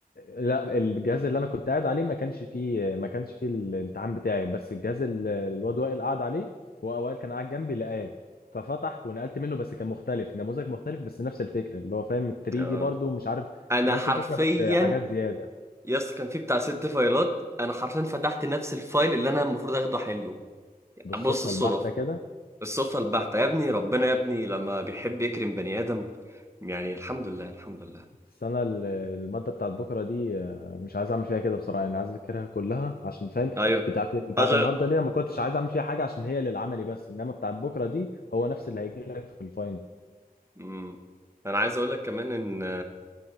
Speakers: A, on the left; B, on the right.
A: لا الجهاز اللي انا كنت قاعد عليه ما كانش فيه ما كانش فيه الامتحان بتاعي بس الجهاز اللي الواد وائل قاعد عليه هو وائل كان قاعد جنبي لقاه ففتح ونقلت منه بس كان مختلف نموذج مختلف بس نفس الفكره اللي هو فاهم ال 3
B: امم
A: دي برضو مش عارف
B: انا
A: نفس
B: حرفيا
A: الفكره بس حاجات زياده
B: يا اسطى كان في بتاع ست فايلات انا حرفيا فتحت نفس الفايل اللي انا المفروض اخده حله
A: بالصدفه
B: بص الصدف
A: البحته كده
B: الصدفه البحته يا ابني ربنا يا ابني لما بيحب يكرم بني ادم يعني الحمد لله الحمد لله
A: بس انا ال- الماده بتاعت بكره دي آه، مش عايز اعمل فيها كده بصراحه يعني عايز اذاكرها كلها عشان فاهم
B: ايوه
A: بتاعت بتاعت
B: اجل
A: النهارده دي أنا ما كنتش عايز اعمل فيها حاجه عشان هي للعملي بس انما بتاعت بكره دي هو نفس اللي هيجي لك في الفاينل
B: امم انا عايز اقول لك كمان ان